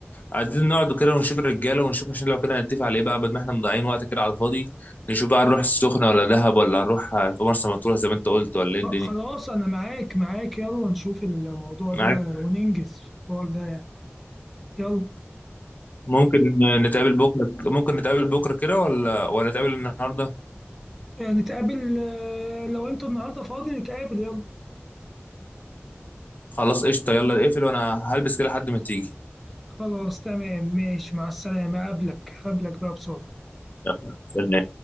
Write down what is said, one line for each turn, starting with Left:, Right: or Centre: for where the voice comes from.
Left: عايزين نقعد كده ونشوف الرجاله ونشوف عشان لو كده هنتفق على ايه بقى بدل ما احنا مضيعين وقت كده على الفاضي نشوف بقى هنروح السخنه ولا دهب ولا هنروح آه، في مرسى مطروح زي ما انت قلت ولا
Centre: خ-
Left: ايه الدنيا؟
Centre: خلاص أنا معاك معاك يلا نشوف الموضوع
Left: معاك
Centre: ده وننجز في الحوار ده يعني. يلا
Left: ممكن نتقابل بكره ممكن نتقابل بكره كده ولا ولا نتقابل النهارده
Centre: آه، نتقابل آه، لو أنت النهاردة فاضي نتقابل يلا
Left: خلاص قشطه يلا اقفل وانا هلبس كده لحد ما تيجي
Centre: خلاص تمام ماشي مع السلامة أقابلك أقابلك بقى بسرعة
Left: يلا. سلام